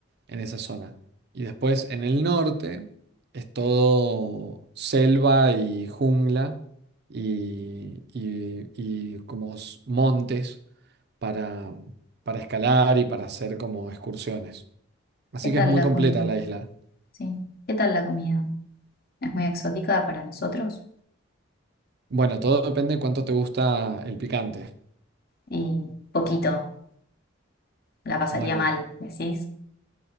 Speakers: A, on the right; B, on the left.
A: en esa zona. Y después en el norte es todo selva y jungla y, y- y como s- montes para, para escalar y para hacer como excursiones. Así
B: ¿Qué tal
A: que es muy
B: la
A: completa
B: com-
A: la isla.
B: sí, ¿Qué tal la comida? ¿Es muy exótica para nosotros?
A: Bueno, todo depende de cuánto te gusta el picante.
B: Y poquito, la pasaría
A: Bueno,
B: mal,
A: eh,
B: ¿decís?